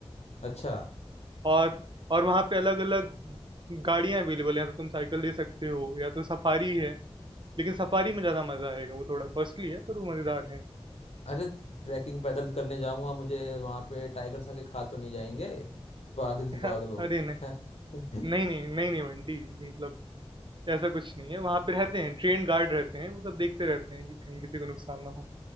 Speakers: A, on the left; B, on the right.
A: अच्छा
B: और और वहाँ पे अलग-अलग गाड़ियाँ अवेलेबल हैं या तो तुम साइकिल ले सकते हो या तो सफारी है लेकिन सफारी में ज़्यादा मज़ा आएगा वो थोड़ा कॉस्टली है पर वो मज़ेदार है
A: अरे ट्रैकिंग पैदल करने जाऊंगा मुझे वहाँ पे टाइगर आके खा तो नहीं जाएंगे पागल से
B: <laughs>
A: पागल लोग
B: अरे नहीं
A: <laughs>
B: नहीं नहीं नहीं नहीं बंटी मतलब ऐसा कुछ नहीं है वहाँ पे रहते हैं ट्रेन गार्ड रहते हैं वो सब देखते रहते हैं कि कहीं किसी को नुकसान ना हो